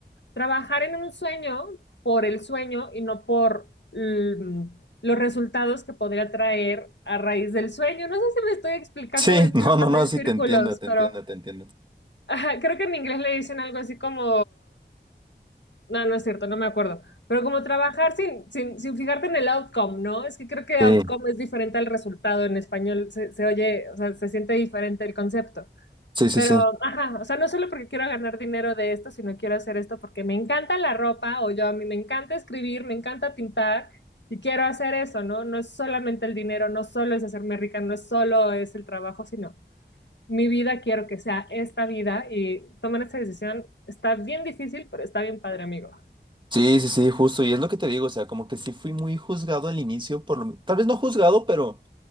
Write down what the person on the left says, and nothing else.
trabajar en un sueño por el sueño y no por mm, los resultados que podría traer a raíz del sueño. No sé si me estoy explicando,
me estoy
hablando
en
círculos,
pero...
Ajá, creo que en inglés le dicen algo así como no, no es cierto, no me acuerdo. Pero como trabajar sin, sin, sin fijarte en el outcome, ¿no? Es que creo que
outcome es diferente al resultado en español. Se, se oye, o sea, se siente diferente el concepto.
Pero,
ajá, o sea, no solo porque quiero ganar dinero de esto, sino quiero hacer esto porque me encanta la ropa o yo a mí me encanta escribir, me encanta pintar y quiero hacer eso, ¿no? No es solamente el dinero, no solo es hacerme rica, no es solo es el trabajo, sino mi vida quiero que sea esta vida y tomar esta decisión está bien difícil, pero está bien padre, amigo.